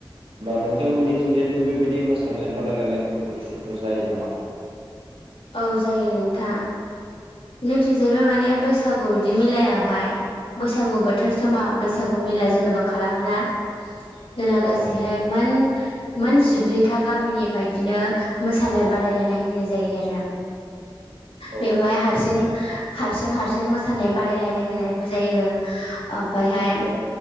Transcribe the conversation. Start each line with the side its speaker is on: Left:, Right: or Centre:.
Right: होनबा नोंथांमोननिथिंजायबो बेबायदि मोसानाय बादायलायनाय कम्पिटिसनफोर जायो नामा?
Left: औ जायो नोंथां जोंनिथिंजायबो माने बैसागु बेदि मेलायावहाय बैसागु बोथोर समा बैसागु मेला जेन'बा खालामोना। जोंना
Right: औ
Left: गासैहाय मोन मोन जिब्रैथा गामिनिफ्राय इदिनो मोसानाय बादायलायनाय होनाय जायो आरो।
Right: औ
Left: बेवहाय हारसिं हारसिं हारसिं मोसानाय बादायलायनाय होनायबो जायो। आमफायहाय
Right: औ